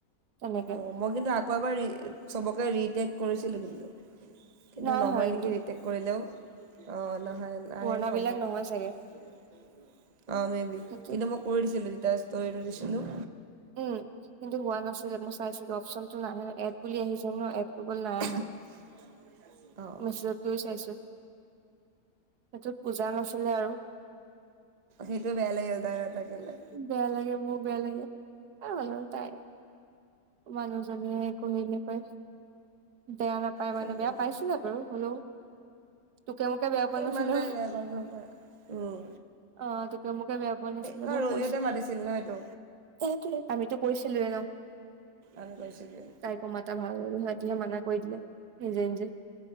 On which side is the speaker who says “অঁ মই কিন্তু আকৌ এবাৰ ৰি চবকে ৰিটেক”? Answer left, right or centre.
Right